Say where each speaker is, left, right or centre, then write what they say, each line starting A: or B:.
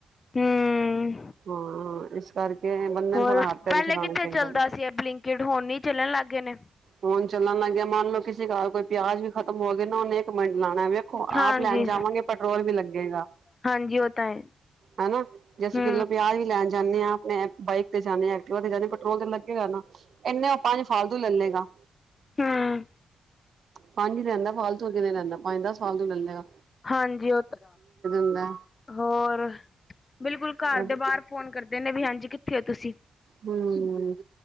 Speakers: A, on the left (about 30°); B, on the right (about 55°).
A: ਹੂੰ
B: ਹਾਂ, ਇਸ ਕਰਕੇ ਬੰਦੇ
A: ਹੋਰ,
B: ਨੂੰ ਥੋੜਾ ਹੱਥ ਪੈਰ
A: ਪਹਿਲੇ
B: ਵੀ ਚਲਾਣਾ
A: ਕਿੱਥੇ
B: ਚਾਹੀਦਾ
A: ਚੱਲਦਾ
B: ਵੇ।
A: ਸੀ, ਐ ਬਲਿੰਕਿਟ, ਹੁਣ ਈ ਚੱਲਣ ਲੱਗ ਗਏ ਨੇ।
B: ਹੁਣ ਚੱਲਣ ਲੱਗਗੇ, ਮੰਨਲੋ, ਕਿਸੇ ਘਰ ਕੋਈ ਪਿਆਜ ਵੀ ਖਤਮ ਹੋ ਗਏ ਨਾ ਓਹਨੇ ਮਿੰਟ ਲਾਣਾ, ਵੇਖੋ,
A: ਹਾਂਜੀ
B: ਆਪ ਲੈਣ ਜਾਵਾਂਗੇ ਪੈਟਰੋਲ ਵੀ ਲੱਗੇਗਾ।
A: ਹਾਂਜੀ ਉਹ ਤਾਂ ਹੈ
B: ਹੈ ਨਾ, ਜੇ ਅਸੀਂ
A: ਹੂੰ
B: ਕਿੱਲੋ ਪਿਆਜ਼ ਵੀ ਲੈਣ ਜਾਨੇਂ ਆਂ ਅਪਣੇ ਬਾਈਕ ਤੇ ਜਾਨੇਂ ਆਂ, ਐਕਟੀਵਾ ਤੇ ਜਾਨੇਂ ਆ, ਪੈਟਰੋਲ ਤੇ ਲੱਗੇਗਾ ਨਾ। ਇੱਨਾਂ ਓ ਪੰਜ ਫਾਲਤੂ ਲਲੇਗਾ।
A: ਹੁੰ।
B: ਪੰਜ ਈ ਲੈੰਦਾ ਫਾਲਤੂ ਹੋਰ ਕਿਨੇ ਲੈੰਦਾ? ਪੰਜ-ਦਸ ਫਾਲਤੂ ਲੈਲੇਗਾ।
A: ਹਾਂਜੀ, ਓ ਤਾ
B: ਮੈਂ
A: ਹੋਰ, ਬਿਲਕੁਲ ਘਰ
B: ਹਮ
A: ਦੇ ਬਾਹਰ ਫੋਨ ਕਰਦੇ ਨੇ ਵੀ ਹਾਂਜੀ, ਕਿੱਥੇ ਹੋ ਤੁਸੀਂ?
B: ਹੁੰ।